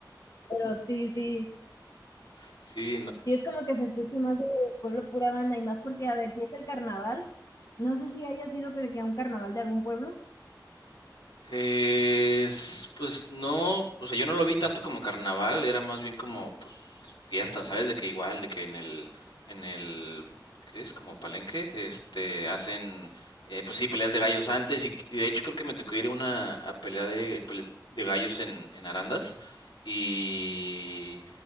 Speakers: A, on the left; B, on the left.
A: pero sí, sí,
B: Sí,
A: sí es como que se escucha más de pueblo pura banda y más porque, a ver, si es el carnaval, no sé si haya sido que de que a un carnaval de algún pueblo.
B: Es, pues no, o sea, yo no lo vi tanto como carnaval, era más bien como pues fiesta, ¿sabes? De que igual, de que en el, en el, ¿qué es? Como palenque, este, hacen, eh, pues sí, peleas de gallos antes y, y de hecho creo que me tocó ir a una a pelea de, pele- de gallos en, en Arandas y,